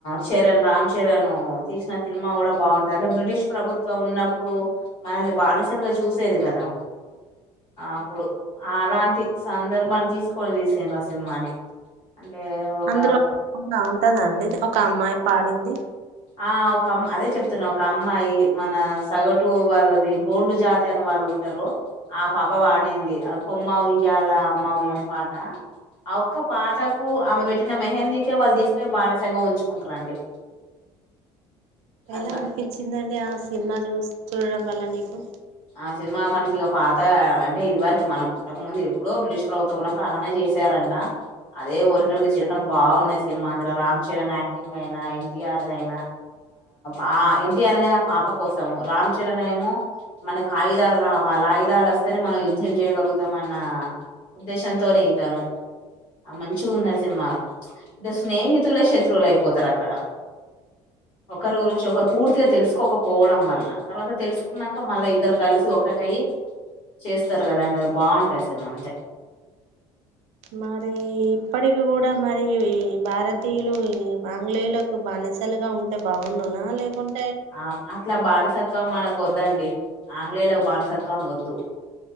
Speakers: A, on the left; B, on the right.
A: చరణ్, రామ్ చరణ్ తీసిన సినిమా కూడ బాగుంటది. అంటే, బ్రిటిష్ ప్రభుత్వం ఉన్నప్పుడు, మనల్ని బానిసలుగా చూసేది కదా! అప్పుడు అలాంటి సందర్భాన్ని, తీసుకోనీ తీసిండ్రు ఆ సినిమాని అంటే ఒక
B: అందులో ఉంగ ఉంటదా అండి! ఒక అమ్మాయి పాడింది?
A: ఆ ఒక అమ్ అదే చెప్తున్నా. ఒక అమ్మాయి మన సగటు వాళ్ళది, గోండు జాతి అని వాళ్ళు ఉంటారు. ఆ పాప పాడింది. కొమ్మ ఉయ్యాల అమ్మ ఉయ్యని పాట. ఆ ఒక్క పాటకు, ఆమె పెట్టిన మెహందీకే, వాళ్ళు తీసుక బానిసంగా ఉంచుకుంటారండి.
B: ఎలా
A: అట్లా
B: అనిపిచ్చిందండి ఆ సినిమా చూసి, చూడడం వల్ల నీకు?
A: ఆ సినిమా మనకిగ ఇక పాత అంటే, ఇదివరికి మనం పుట్టకముందు ఎప్పుడో బ్రిటిష్ ప్రభుత్వం ఉన్నప్పుడు, అలానే చేశార అదే ఒరిండరిది తీ చిరుకని బాగున్నాయి సినిమా అందులో రామ్ చరణ్ యాక్టింగ్ అయిన, ఎన్టీఆర్ దై నా ఆ ఎన్టీఆర్ అనేది ఆ పాప కోసము. రామ్ చరణ్నే ఏమో, మనకు ఆయుధాలు రావాల. ఆయుధాలు వస్తేనే మనం యుద్ధం చేయగలుగుతాం. అన్న ఉద్దేశంతోని, తను ఆ మంచిగా ఉన్నది సినిమా. ఇడ స్నేహితులే శత్రువులు అయిపోతారు అక్కడ. ఒకరి గురించి ఒకరు పూర్తిగా తెలుసుకోకపోవడం వల్ల. తర్వాత తెలుసుకున్న ఇక్క మళ్ళా ఇద్దరు కలుసు ఒకటయి, చేస్తారు కదాండి అది బాగుంటాది సినిమా అంతే.
B: మరీ ఇప్పటికి కూడ మరీ భారతీయులు ఈ ఆంగ్లేయులకు బానిసలుగా ఉంటే బాగుండునా, లేకున్
A: ఆ అట్లా బానిసత్వం మనకు వద్దండి. ఆంగ్లేయులకు బానిసత్వం వద్దు.